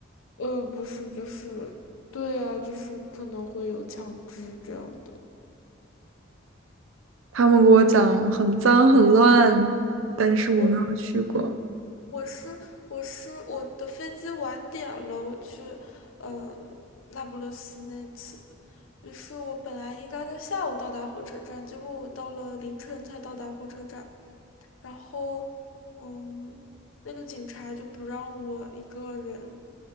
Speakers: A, on the left (about 90°); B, on the right (about 85°).
A: 呃，不是，就是，对啊，就是可能会有枪支这样的。
B: 他们给我讲很脏很乱，但是我没有去过。
A: 我。我是我是我的飞机晚点了，我去呃那不勒斯那次，于是我本来应该在下午到达火车站，结果我到了凌晨才到达火车站。然后，嗯，那个警察就不让我一个人